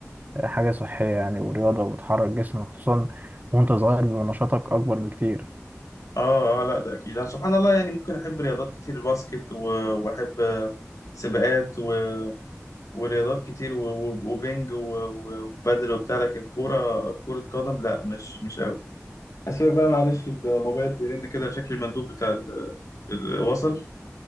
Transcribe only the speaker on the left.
اه اه لا ده اكيد أنا سبحان الله يعني ممكن احب رياضات كتير الباسكت و- واحب آه، سباقات و... ورياضات كتير و... و- وبينج و... و- وبادل وبتاع لكن كورة كرة قدم لا مش مش قوي هسيبك بقى معلش الموبايل بيرن كده شكل المندوب بتاع ال... ال... وصل